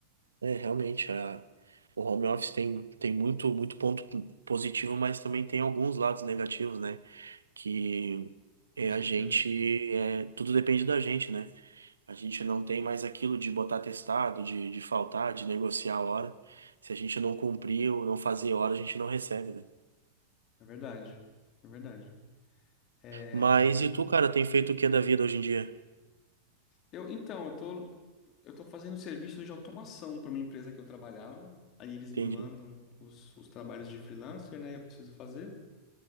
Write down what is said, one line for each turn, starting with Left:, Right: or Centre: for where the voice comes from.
Right: É, realmente, a, o home office tem, tem muito, muito ponto positivo, mas também tem alguns lados negativos, né? Que é
Left: Com certeza.
Right: a gente, é, tudo depende da gente, né? A gente não tem mais aquilo de botar testado, de, de faltar, de negociar a hora. Se a gente não cumprir ou não fazer hora, a gente não recebe, né?
Left: É verdade. É verdade. É,
Right: Mas e tu, cara, tem feito o que da vida hoje em dia?
Left: Eu, então, eu tô, eu tô fazendo serviço de automação para uma empresa que eu trabalhava. Aí eles
Right: Entendi.
Left: me mandam os, os trabalhos de freelancer, né? Eu preciso fazer.